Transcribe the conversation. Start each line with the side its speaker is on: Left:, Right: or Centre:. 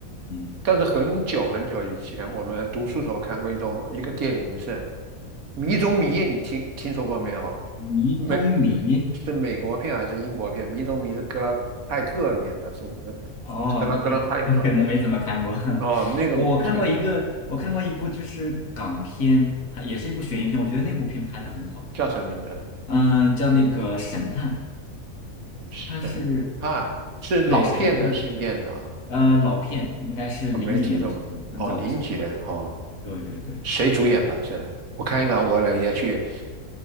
Left: 嗯，
Right: 但是很久很久以前，我们读书时候看过一种一个电影是《迷踪迷》，你听听说过没有？
Left: 迷中迷，
Right: 美是美国片还是英国片？《迷踪迷》是格兰派克演的，是格
Left: 哦，
Right: 格兰格兰派克
Left: 我可能没怎么看过，
Right: 哦，
Left: <laughs>
Right: 那种推理的
Left: 我我看过一个，我看过一部就是港片，它也是一部悬疑片，我觉得那部片拍的很好。
Right: 叫什么名字？
Left: 嗯、叫那个神探，
Right: 神探是老片子还是新片子啊？
Left: 他是对神探，呃，
Right: 对。
Left: 老片应该是零几年的时候，
Right: 我没听说过。
Left: 很早的时候
Right: 哦，零几年哦，
Left: 对对对，
Right: 谁主演的？是我看一看，我呢也去，